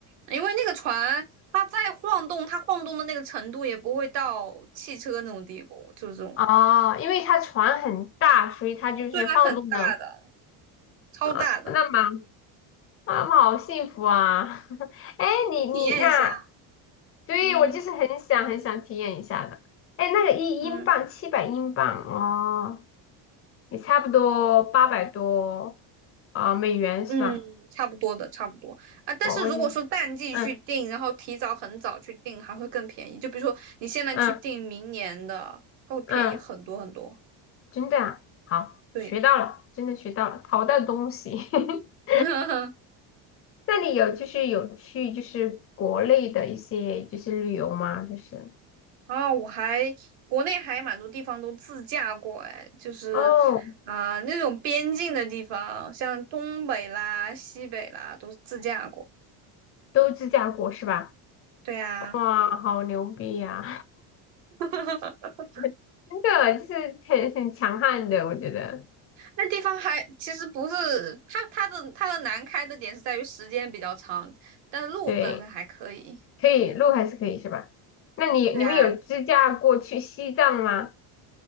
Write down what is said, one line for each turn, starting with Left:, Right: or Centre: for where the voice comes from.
Right: 因为那个船它再晃动，它晃动的那个程度也不会到汽车那种地步，就是这种，
Left: 哦，因为它船很大，所以它就是晃动的。
Right: 对啊，很大的，超大的，
Left: 啊，那妈妈妈好幸福啊！<laughs> 哎，
Right: 你体验一下，
Left: 你你那，对，
Right: 嗯
Left: 我就是很想很想体验一下的。哎，那个一英镑七百英镑哦，
Right: 嗯。
Left: 也差不多八百多啊、美元是吧？
Right: 嗯，差不多的，差不多啊。但是如果说淡季去订，
Left: 我我记，嗯
Right: 然后提早很早去订，还会更便宜。就比如说你现在去订明年的，
Left: 嗯
Right: 它会便宜很多很多。
Left: 嗯，真的啊，好，
Right: 对，
Left: 学到了，真的学到了，淘到东西。<laughs>
Right: <laughs>
Left: 那你有就是有去就是国内的一些就是旅游吗？就是
Right: 啊，我还国内还蛮多地方都自驾过，哎，就是
Left: 哦，
Right: 啊、那种边境的地方，像东北啦、西北啦，都自驾过。
Left: 都自驾过是吧？
Right: 对啊。
Left: 哇，好牛逼呀、
Right: <laughs>
Left: <laughs> 真的就是很很强悍的，我觉得
Right: 那地方还其实不是它它的它的难开的点是在于时间比较长，但是路本身还可以。
Left: 对，可以路还是可以是吧？那你你们有自驾过去西藏吗？
Right: 对啊，